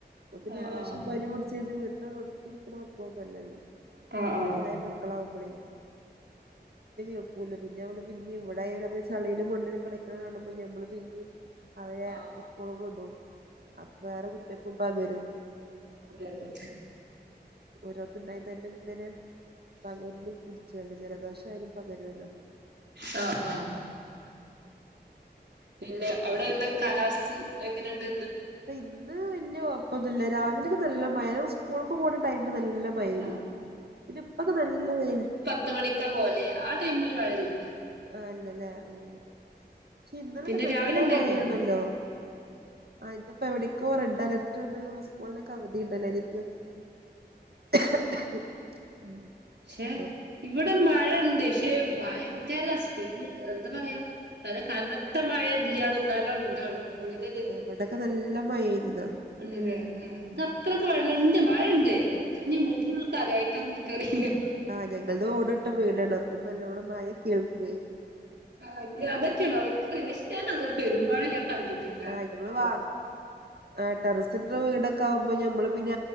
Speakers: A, on the right; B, on the right.
A: അപ്പലേശ്യം
B: ആഹ് ആഹ്
A: പനിപിടിച് യ്ത് വീട്ടിൽ റെസ്റ്റ് ഇട്ക്ക്‌ണ മക്കളൊന്നല്ലല്ലോ
B: ആഹ്
A: അ
B: ആഹ്
A: പ്രായം മക്കളാകുമ്പളെ ുംക്കൂില്ല പിന്നെ അവള് പിന്നെ ഇവിടെയാല അവര് ചളിയിലും മണ്ണിലും കളിക്ക കാണുമ്പോൾ ഞമ്മള് പിന്നെ അവരെ
B: ആഹ് ആഹ്
A: സ്കൂൾക് വിടും അപ്പൊ വേറെ കുട്ടികക്കും പകരും
B: അതെ അതെ
A: ഒരാൾക്ണ്ടായി തന്നെ ഇങ്ങനെ പകർന്ന്പിടിച്ചുല്ലോ ജലദോഷ ആയാലും പകരുല്ലോ
B: ആ ആ പിന്നെ അവിടെ എന്നും കാലാവസ്ഥ എങ്ങനെണ്ട്
A: പ ഇന്ന് വലിയകൊഴപ്പൊന്നുല്ല രാവിലൊക്കെ നല്ല മഴ സ്കൂൾക്കെ പോണ ടൈമ് നല്ല <unintelligible>
B: ആഹ്
A: ന്റെ ഇപ്പക്കെ നല്ല വേവ്
B: പത്ത മണിക്കാ പോലെ ആ ടൈമില് മ ഴണ്ടാവോ
A: ആഹല്ലല്ലേ ഉം ഇന്നലൊക്കെ
B: പിന്നെ
A: നല്ല
B: രാവിലെ ഉണ്ടായിരുന്നോ
A: മഴയാണല്ലോ ആ ഇന്ന് ഇപ്പ എവിടക്കൊ റെഡ്ലർട്ട്ണ്ട് സ്കൂളിനൊകെ അവധി ഉണ്ടല്ലൊലേ <unintelligible> ഉം
B: ക്ഷെ
A: അപ്പൊ
B: ഇവിടെ മഴണ്ട് ക്ഷെ ഭയങ്കര സ്പീഡ് എന്താ പറയാ അത് കനത്ത മഴ ഇല്ലാണും എന്നാലോ ഉണ്ടാണും അങ്ങനൊരു
A: വടൊക്കെ നല്ല മഴയ്നിന്നാ
B: ണ്ട്‌ലേ ഉം ഇത് അത്രക്ക് വ ണ്ട് മഴണ്ട് ചെ ഞ് വീട്ന്റുള്ള്ക്ക്അറിയാഞ്ഞിട്ടാണോ ൻക് അറിയില്ല
A: ആഹ് ഞങ്ങള്ത് ഓട് ട്ടവീടാണ് അപ്പം നല്ലോണം മയ കേൾക്കേ
B: ആ ഞ് അതറ്റെയാണോ ൻക്ക് അറീല ഷ് ഞാൻ അങ്ങനെ പെരുമ്മയെ ഞാൻ കണ്ട് ട്ല്ല
A: ആഹ് ഇത് ഞമ്മളേ വാർ ആ ടെറസ് ന്റെ വീടൊക്കെ ആമ്പോ നമ്മള് പിന്നെ